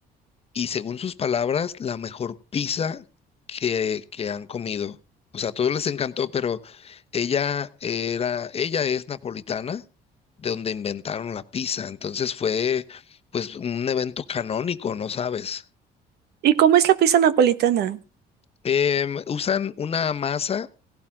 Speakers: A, on the left; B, on the right.
A: y según sus palabras, la mejor pizza que, que han comido. O sea, a todos les encantó, pero ella era, ella es napolitana, de donde inventaron la pizza. Entonces fue pues un evento canónico, ¿no sabes?
B: ¿Y cómo es la pizza napolitana?
A: Em, usan una masa